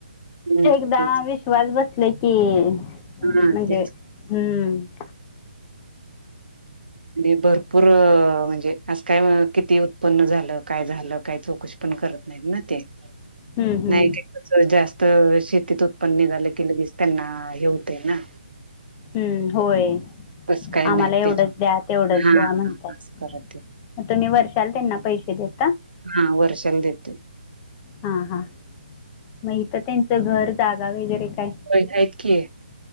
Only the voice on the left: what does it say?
एकदा
विश्वास बसले की म्हणजे
हम्म <inaudible>
हं, हं,
हम्म होय
आम्हाला
एवढंच
द्या तेवढंच
द्या म्हणतात
म तुम्ही वर्षाला त्यांना पैसे देता
हा हा मग हित त्यांच घर जागा वगैरे काय